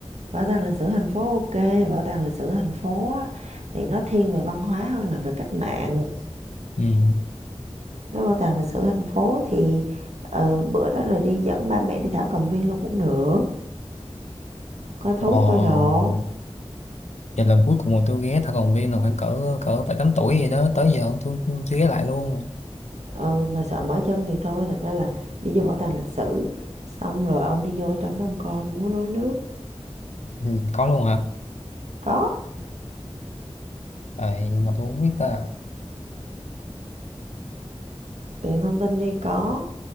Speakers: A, on the right; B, on the left.
A: Bảo tàng lịch sử thành phố ok bảo tàng lịch sử thành phố á thì nó thiên về văn hóa hơn là về cách mạng.
B: ừ
A: Nếu bảo tàng lịch sử thành phố thì, ờ, bữa đó rồi đi dẫn ba mẹ đi thảo cầm viên luôn cũng được, coi
B: ờ
A: thú coi đồ.
B: và lần cuối cùng mà tôi ghé thảo cầm viên là khoảng cỡ cỡ phải tám tuổi gì đó tới giờ tôi tôi chưa ghé lại luôn
A: ừ mà sợ mỏi chân thì thôi thật ra là đi vô bảo tàng lịch sử xong rồi ông đi vô trong đó ông coi múa rối nước
B: ừ, có luôn hả
A: có
B: vậy nhưng mà tôi không biết ta
A: tiện thông tin đi có